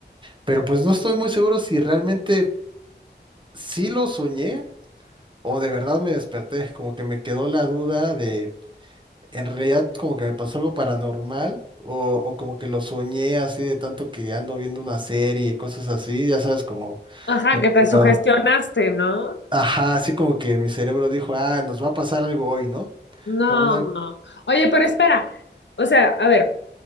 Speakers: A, on the right; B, on the left.
A: Pero pues no estoy muy seguro si realmente sí lo soñé o de verdad me desperté. Como que me quedó la duda de, en realidad como que me pasó algo paranormal o, o como que lo soñé así de tanto que ando viendo una serie y cosas así, ya sabes, como
B: ajá,
A: medio,
B: que te sugestionaste, ¿no?
A: ajá, así como que mi cerebro dijo, ah, nos va a pasar algo hoy, ¿no?
B: No.
A: O una...
B: Oye, pero espera. O sea, a ver,